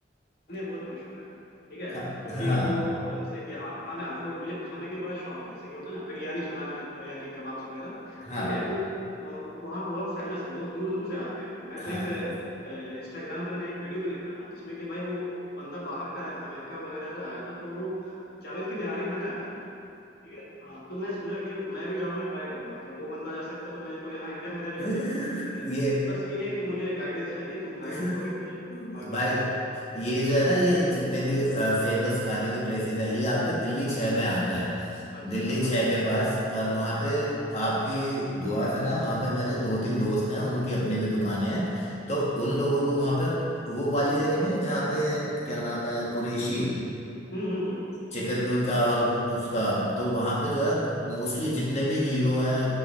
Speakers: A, on the left (about 60°); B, on the left (about 40°).
A: खाने बहुत मशहूर है ठीक है
B: खा
A: क्योंकि
B: हाँ
A: वो अ, जैसे कि हाँ खाना फूड मुझे खाने का भी बड़ा शौक है जैसे कि होता है ना बिरयानी सुना है मैंने बिरयानी कबाब्स वगैरह
B: हाँ
A: ठीक है वो अ, वहाँ बहुत फेमस है लोग दूर दूर से आते हैं मैं
B: हाँ
A: तो एक इंस्टाग्राम पे मैं एक वीडियो देख रहा था जिसमें कि भाई वो बंदा बाहर का अमेरिका वगैरह से आया था तो वो जावेद की निहारी खाने आया था ठीक है हाँ तो मैं सोच रहा कि मैं भी जाऊँगा ट्राई करूंगा जब वो बंदा जा सकता तो मैं तो यहाँ इंडिया में रह के
B: <laughs>
A: जा सकता हूँ ठीक है
B: ये
A: बस ये है कि मुझे गाइडेंस चाहिए तुम गाइड
B: <laughs>
A: करोगे मुझे बाकी
B: भाई ये जो है ना ये जितने भी फेमस खाने के प्लेसेस हैं ये आपके दिल्ली
A: हाँ
B: छह में आते हैं
A: अच्छा
B: दिल्ली छह के पास और वहाँ पे आपकी दुआ से ना वहाँ पे मेरे दो तीन दोस्त हैं उनकी अपनी भी दुकानें हैं तो उन लोगों को वहाँ पे वो वाली जगह नहीं है जहाँ पे क्या नाम है कुरैशी
A: हम्म हम्म
B: चिकन का और उसका तो वहाँ पे जो है मोस्टली जितने भी हीरो हैं